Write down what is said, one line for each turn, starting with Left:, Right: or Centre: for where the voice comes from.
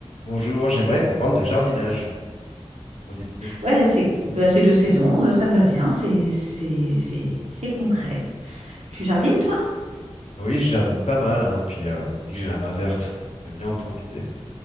Left: Bonjour, j'aimerais qu'on parle de jardinage. Qu'en dis-tu?
Right: Ouais, c'est bah, c'est deux saisons, euh, ça me va bien, c'est c'est c'est- c'est concret. Tu jardines, toi?
Left: Ah Oui, je jardine pas mal, hein, puis euh, on me dit que j'ai la main verte. J'aime bien en profiter.